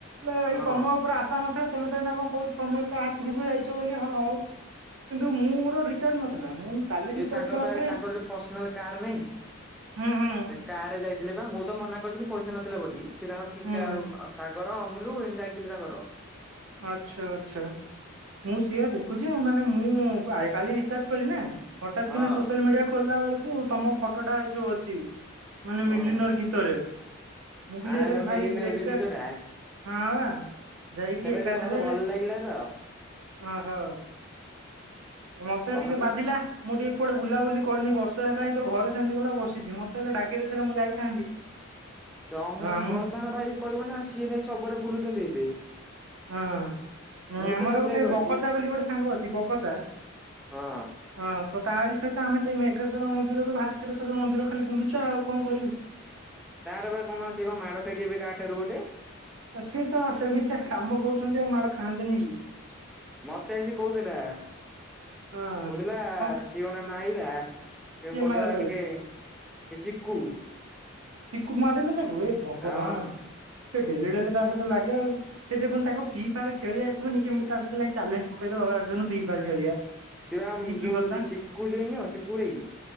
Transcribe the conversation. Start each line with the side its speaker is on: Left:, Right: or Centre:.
Right: ଲେ ଏଇ
Centre: ହଁ
Right: ତମ ଉପରେ ଆଶା ନଥିଲା ତେମେ ତ ଏଇନା କଁ କହୁଚ ତମେ କାହା ଥ୍ରୁ ରେ ଯାଇଚ ବୋଲି ହଁ ହଉ। କିନ୍ତୁ ମୁଁ ମୋର ରିଚାର୍ଜ ନଥିଲା ମୁଁ କାଲି
Centre: ସିଏ
Right: ରିଚାର୍ଜ
Centre: ତାଙ୍କର
Right: କଲା
Centre: ତାହେଲେ
Right: ପରେ
Centre: ତାଙ୍କର ଯୋଉ ପର୍ସନାଲ କାର ନାଇଁ
Right: ହୁଁ ହୁଁ
Centre: ସେ କାର୍ ରେ ଯାଇଥିଲେ ବା ମୁଁ ତ ମନା କରିଥିଲି ପଇସା ନଥିଲା ବୋଲି ସିଏ ତାଙ୍କର ଟିକେ
Right: ହୁଁ
Centre: ଆଉ ସାଗର ଅମୁଲୁ ଏମ ଯାଇଥିଲେ ତାଙ୍କର।
Right: ଆଛା ଆଛା। ମୁଁ ସିଆ ଦେଖୁଛି ଆଉ ମାନେ ମୁଁ ଆଏ କାଲି ରିଚାର୍ଜ କଲି ନା। ହଠାତ୍
Centre: ହଁ
Right: କିନା ସୋସିଆଲ ମିଡିଆ ଖୋଲିଲା ବେଳକୁ ତମ ଫଟୋଟା ଯୋଉ ଅଛି ମାନେ
Centre: ହଁ
Right: ମିଲେନର ଗୀ ତରେ ମୁଗଲି
Centre: ଆମେ
Right: ଏରେ ଭାଇ
Centre: ମିଲିନିୟର
Right: ଏକା
Centre: ଯୋଉ ଗୀତ ଟା
Right: ହଁବା ଯାଇକି
Centre: ସେଟା
Right: ଏ
Centre: ଟିକେ
Right: କାଥରେ
Centre: ମତେ ଭଲ ଲାଗିଲା ତ
Right: ଓହୋ ମତେ
Centre: ତମେ
Right: ଟିକେ
Centre: ତ
Right: ବାଧିଲ ଆ ମୁଁ ଟିକେ କୁଆଡ଼େ ବୁଲାବୁଲି କରିନି ବର୍ଷେ ହେଲାଇଁ ହିଁ ତ ଘରେ ସେମିତି ହେଲା ଗଲା ବସିଚି ମତେ ହେଲେ ଡାକି ଦେଇ ଥିଲେ ମୁଁ ଯାଇଥାନ୍ତି।
Centre: ସେ ଅମୁ
Right: ହଁ ଆମର
Centre: ପ୍ରଧାନ ଭାଇ କହିବ ନା ସିଏ ଭାଇ ସବୁଆଡେ ବୁଲୁଚନ୍ତି ଏବେ।
Right: ହଁ
Centre: ମୁଁ
Right: ଆମର
Centre: ତ ଏବେ
Right: ଗୋଟେ
Centre: ଗଲି।
Right: ବକଚା ବୋଲି ଗୋଟେ ସାଙ୍ଗ ଅଛି ବକଚା
Centre: ହଁ ହଁ।
Right: ହଁ ତ ତାରି ସହିତ ଆମେ ସେଇ ମେଘେଶ୍ଵର ମନ୍ଦିରରୁ ଭାସ୍କରେଶ୍ଵର ମନ୍ଦିର ଖାଲି ବୁଲୁଛ ଆଉ କଁ କରିବୁ?
Centre: ତାର ବା କଣ ସେ କଣ ମାଡ଼ ଖାଇଛି ଏବେ କାହା ଠାରୁ ଗୋଟେ?
Right: ଆ ସେତ ସେମିତିଆ କାମ କରୁଛନ୍ତି ଆଉ ମାଡ ଖାଆନ୍ତେନିକି।
Centre: ମତେ ଆସି କହୁଥିଲା
Right: ହଁ
Centre: କୋଡେ ହେଲା
Right: କଣ
Centre: ସିଏ କଣ ମାଇଲା ସେ
Right: କିଏ
Centre: କହୁଥିଲା
Right: ମାଇଲା ତାକୁ
Centre: ଟିକେ ଏତ ଚିକୁୁ।
Right: ଚକୁ ମାଡିଲେ ତାକୁ ଏ ଭଗବାନ
Centre: ହଁ
Right: ସେ ଡେଲି ଡେଲି ତା ସହିତ ଲାଗେ ଆଉ। ସେ ଦେଖୁନୁ ତାକୁ ଫି ଫାୟାର୍ ଖେଳି ଆସିବନି କେମୀତି ତା ସହିତ ଯାଇ ଚାଲେ୍ଞ୍ଜ ପକେଇଦବ ଆସୁନୁ ଫି ଫାୟାର୍ ଖେଳିବା।
Centre: ସେବା
Right: ଇଏ କି
Centre: ଯୋଉ
Right: କଥା
Centre: ସେ ଚିକୁ ଜଉ ନୁହଁ ଚିକୁ ଭାଇ